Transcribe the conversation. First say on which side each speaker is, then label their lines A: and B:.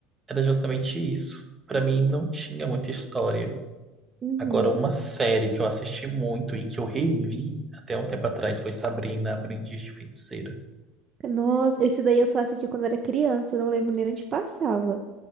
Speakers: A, on the right; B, on the right.
A: era justamente isso. Pra mim não tinha muita história.
B: Uhum.
A: Agora, uma série que eu assisti muito e que eu revi até um tempo atrás foi Sabrina, Aprendiz de Feiticeira.
B: Nossa, esse daí eu só assisti quando era criança, não lembro nem onde passava.